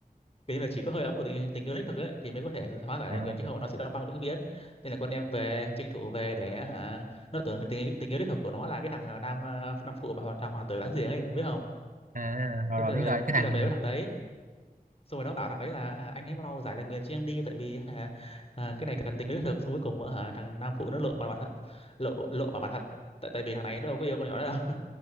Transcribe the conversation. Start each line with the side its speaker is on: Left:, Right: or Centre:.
Left: cái <laughs> như là chỉ có hơi ấm của tình, tình yêu đích thực ấy thì mới có thể hóa giải
Right: à,
Left: lại nguyền chứ không nó sẽ đóng băng vĩnh viễn nên là con em về tranh thủ về để hả nó tưởng tình, tình yêu đích thực của nó là cái thằng ờ, nam ờ, nam phụ mà hoàn thằng hoàng tử láng giềng ấy biết không
Right: à rồi
Left: thế
Right: rồi biết
Left: là về
Right: rồi cái
Left: thế
Right: thằng
Left: là về với thằng đấy xong rồi nó bảo thằng đấy là à, anh hãy mau giải lời nguyền cho em đi tại vì hả, à, cái này cần tính đến thực xong cuối cùng hả, thằng nam phụ nó lộ mặt mặt thật lộ lộ mặt mặt thật tại tại vì thằng này nó đâu có yêu con nhỏ đó đâu